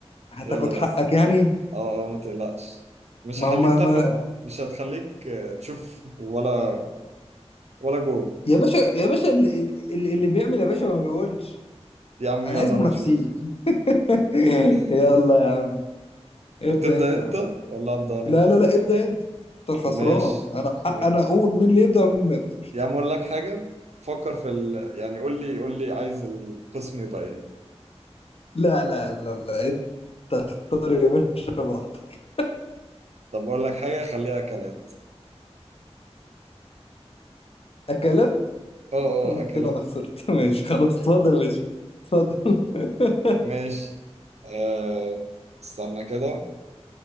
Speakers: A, on the left; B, on the right.
A: هتاخد
B: يلا
A: حقك
B: بس
A: يعني
B: اه اه ما تقلقش مش
A: ما
B: هخليك
A: هو ما,
B: تاخد
A: ما
B: مش هتخليك آه، تشوف ولا ولا جول
A: يا باشا يا باشا اللي, اللي اللي بيعمل يا باشا ما بيقولش
B: يا عم
A: أنا
B: يلا
A: عايز منافسين
B: نشوف
A: <laughs>
B: <laughs>
A: يلا يا عم ابدأ
B: تبدأ
A: أنت
B: انت
A: يا عم
B: ولا أبدأ انا
A: لا لا لا ابدأ أنت أنت الخسران
B: ماشي
A: أنا حق
B: م-
A: أنا أقول مين اللي يبدأ ومين ما يبدأش
B: يا عم اقول لك حاجة فكر في ال... يعني قول لي قول لي عايز القسم يبقى ايه
A: لا لا لا لا أنت اختار يا باشا براحتك
B: طب اقول لك حاجة خليها اكلات
A: أكلات <laughs>
B: اه اه اكلات
A: كده انا خسرت <laughs> ماشي خلاص اتفضل ماشي اتفضل <laughs>
B: ماشي أه... استنى كده